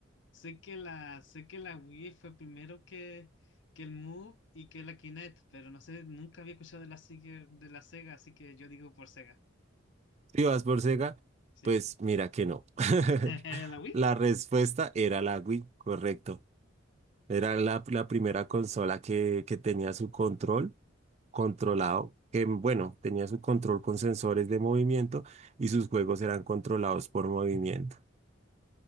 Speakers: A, on the left (about 60°); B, on the right (about 30°).
A: Sé que la, sé que la Wii fue primero que, que el Move y que la Kinect, pero no sé, nunca había escuchado de la, Sega de la Sega, así que yo digo por Sega.
B: Si vas por Sega,
A: Sí.
B: pues mira que no. <laughs>
A: <laughs> ¿La Wii?
B: La respuesta era la Wii, correcto. Era la, la primera consola que, que tenía su control controlado, que bueno, tenía su control con sensores de movimiento y sus juegos eran controlados por movimiento.